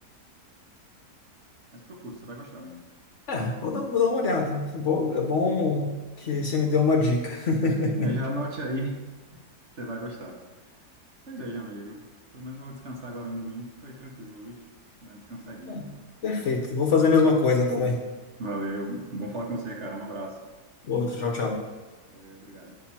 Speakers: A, on the right; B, on the left.
A: Mas procure, você vai gostar, amigo.
B: É, vou dar, vou dar uma olhada. É bom, é bom que você me deu uma dica. <laughs>
A: É, já anote aí, você vai gostar. Pois é, já, amigo. Pelo menos eu vou descansar agora no domingo. Foi tranquilo hoje. Dá uma descansadinha.
B: É, Perfeito, vou fazer a mesma coisa também.
A: Valeu. Bom falar com você, cara. Um abraço.
B: Outro, tchau, tchau.
A: Valeu, obrigado.